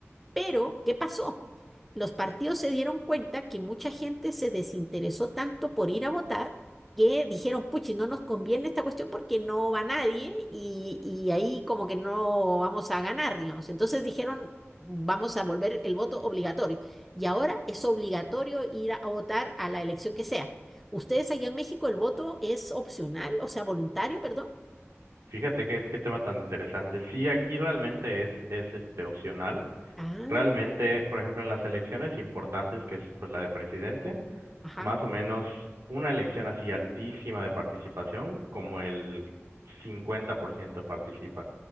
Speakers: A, in the centre; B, on the right.
A: Pero, ¿qué pasó? Los partidos se dieron cuenta que mucha gente se desinteresó tanto por ir a votar que dijeron, puchi, no nos conviene esta cuestión porque no va nadie y, y ahí como que no vamos a ganar, digamos. Entonces dijeron, vamos a volver el voto obligatorio. Y ahora es obligatorio ir a, a votar a la elección que sea. ¿Ustedes allá en México el voto es opcional, o sea, voluntario, perdón?
B: Fíjate qué, qué tema tan interesante. Sí, aquí realmente es, es este opcional.
A: Ah,
B: Realmente, por ejemplo, en las elecciones importantes, que es pues la de presidente.
A: ajá.
B: más o menos una elección así altísima de participación, como el 50% participa